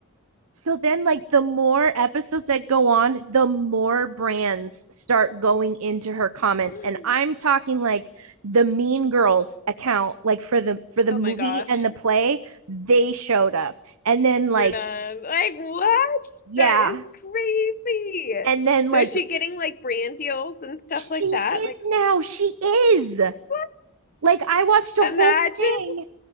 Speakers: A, on the right (about 70°); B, on the left (about 40°).
A: So then, like, the more episodes that go on, the more brands start going into her comments.
B: <laughs>
A: And I'm talking like the Mean Girls account, like for the for the
B: Oh
A: movie
B: my gosh.
A: and the play, they showed up. And then like,
B: You're done. Like, what?
A: yeah.
B: That is crazy.
A: And then
B: So
A: like
B: is she getting like brand deals and stuff
A: she
B: like that?
A: is
B: Like,
A: now, she is.
B: what?
A: Like I watched a
B: Imagine
A: whole thing.